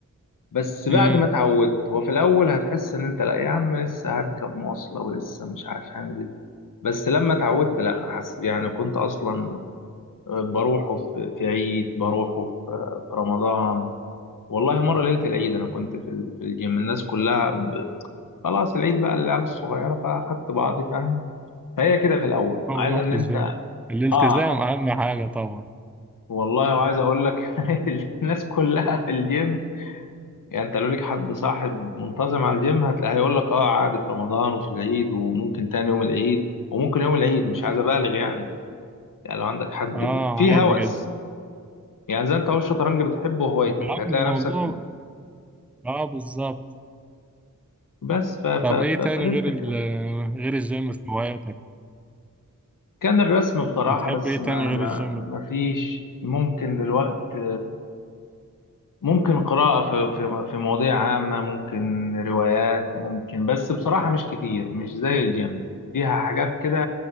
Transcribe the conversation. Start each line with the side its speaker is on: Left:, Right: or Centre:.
Left: بس بعد
Centre: امم
Left: ما اتعودت هو في الاول هتحس ان انت لا يا عم لسه هركب مواصله ولسه مش عارف هنزل بس لما اتعودت لا حس يعني كنت اصلا بروحه في في عيد بروحه في في رمضان والله مره ليله العيد انا كنت في ال- في الجيم الناس كلها ب... خلاص العيد بقى للعيال الصغيره فاخدت بعضي فاهم فهي كده في الاول عايز
Centre: رحت
Left: ان انت
Centre: الجيم الالتزام
Left: اه
Centre: اهم حاجه طبعا
Left: والله وعايز اقول لك <laughs> الناس كلها في الجيم يعني انت لو ليك حد صاحب منتظم على الجيم هتلاقي هيقول لك اه عادي في رمضان وفي العيد وممكن تاني يوم العيد وممكن يوم العيد مش عايز ابالغ يعني يعني لو عندك حد
Centre: اه
Left: في
Centre: عادي
Left: هوس
Centre: جدا
Left: يعني زي انت هو الشطرنج بتحبه وهوايتك
Centre: معاك
Left: هتلاقي
Centre: في الموضوع
Left: نفسك
Centre: اه بالظبط
Left: بس ف ف
Centre: طب ايه
Left: ف فدي
Centre: تاني غير
Left: الفكرة
Centre: ال غير الجيم في هواياتك
Left: كان الرسم بصراحة
Centre: بتحب
Left: بس
Centre: ايه
Left: ما
Centre: تاني غير
Left: ما
Centre: الجيم
Left: ما فيش ممكن دلوقتي ممكن قراءة في في في مواضيع عامة ممكن روايات ممكن بس بصراحة مش كتير مش زي الجيم دي حاجات كده